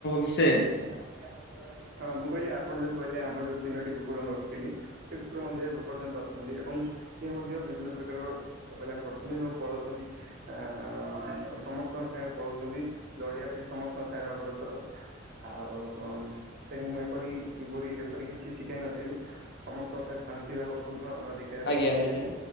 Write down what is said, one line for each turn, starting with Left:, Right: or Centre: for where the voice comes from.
Left: ବିଷୟରେ
Right: <inaudible> ହଁ ମୁଁ କହିଲି ଆପଣ ଯୋଉ କହିଲେ ଆମର ଯୋଉ ତିନୋଟି କୁକୁର ମୁଁ ରଖିଥିଲି ସେ କୁକୁର ମଧ୍ୟ ଏବେ ପର୍ଯ୍ୟନ୍ତ ଅଛନ୍ତି। ଏବଂ ସିଏ ମଧ୍ୟ ବିଭିନ୍ନ ପ୍ରକାର ଛଗଲା କରୁଛନ୍ତି ଏବଂ ପଳଉଛନ୍ତି ଆ ସମସ୍ତଙ୍କ ସାଙ୍ଗରେ ପଳଉଛନ୍ତି ଲଢିବା ପାଇଁ ସମସ୍ତଙ୍କ ସାଙ୍ଗରେ ଅଗ୍ରସର ଆଉ ତାଙ୍କୁ ମୁଁ ଏପରି କିପରି ଏପରି କିଛି ଶିଖାଇ ନଥିଲି ସମସ୍ତଙ୍କ ସା ଶାନ୍ତି ଭାବ ହ ଦେଖେଇବା
Left: ଆଜ୍ଞା
Right: ପାଇଁ ଶିଖେଇଥିଲି
Left: ଆଜ୍ଞା।